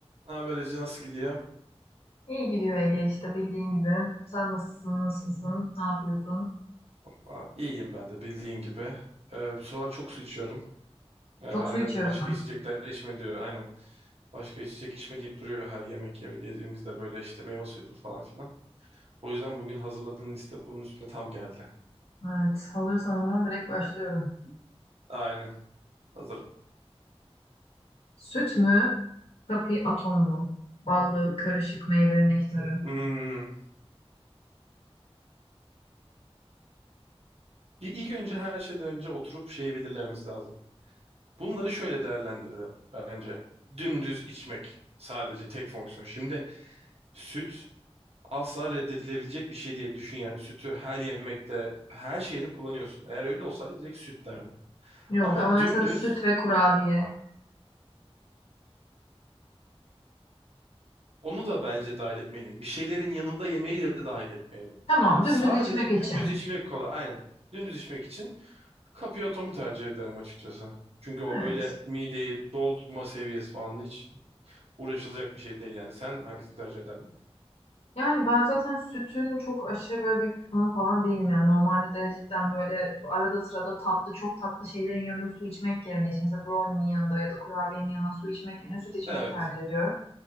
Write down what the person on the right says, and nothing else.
Ne haber Ece, nasıl gidiyor?
Aa, İyiyim ben de bildiğin gibi. Ee, bu sıralar çok su içiyorum. Ee,
annem
de başka içecekler içme diyor aynen. Başka içecek içme deyip duruyor her yemek ye- yediğimizde böyle işte meyve suyudur falan filan. O yüzden bugün hazırladığın liste bunun üstüne tam geldi.
Aynen hazırım.
Hmm. Bir ilk önce her şeyden önce oturup şeyi belirlememiz lazım. Bunları şöyle değerlendirelim bence. Dümdüz içmek sadece tek fonksiyon. Şimdi süt asla reddedilebilecek bir şey değil. Düşün yani sütü her yemekte, her şeyde kullanıyorsun. Eğer öyle olsaydı direkt süt derdim.
Ama
dümdüz
onu da bence dahil etmeyelim. Bir şeylerin yanında yemeği de dahil etmeyelim.
Sadece
dümdüz içmek kolay. Aynen. Dümdüz içmek için Cappiotto'mu tercih ederim açıkçası. Çünkü o
böyle mideyi doldurma seviyesi falan hiç uğraşılacak bir şey değil yani. Sen hangisini tercih ederdin?
Evet.